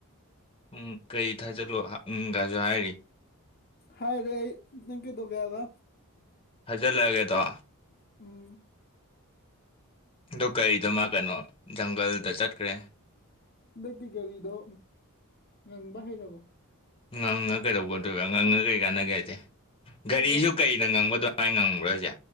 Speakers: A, on the left; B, on the left.
A: ꯎꯝ ꯀꯔꯤ ꯊꯥꯖꯠꯂꯣ ꯎꯒꯥꯁꯨ ꯍꯥꯏꯔꯤ
B: ꯍꯥꯏ ꯔꯦ ꯑꯩ ꯅꯪ ꯀꯩꯗꯣꯒꯦꯕ
A: ꯍꯖꯔ ꯂꯩꯒꯦꯗ
B: ꯎꯝ
A: ꯑꯗꯨ ꯀꯔꯤꯗꯣꯃ ꯀꯩꯅꯣ ꯖꯪꯒꯜꯗ ꯆꯠꯈ꯭ꯔꯦ
B: ꯍꯟꯗꯛꯇꯤ ꯒꯥꯔꯤꯗꯣ ꯉꯪꯕ ꯍꯩꯔꯕꯣ
A: ꯉꯪꯉ ꯀꯩꯗꯧꯕꯒꯗꯣꯏꯔ ꯉꯪꯉ ꯀꯔꯤ ꯀꯥꯟꯅꯒꯦ ꯍꯥꯏꯁꯦ ꯒꯥꯔꯤꯁꯨ
B: ꯑꯗꯣ
A: ꯀꯩꯅ ꯉꯪꯕꯗꯣꯏ ꯍꯥꯏ ꯉꯪꯕ꯭ꯔꯁꯦ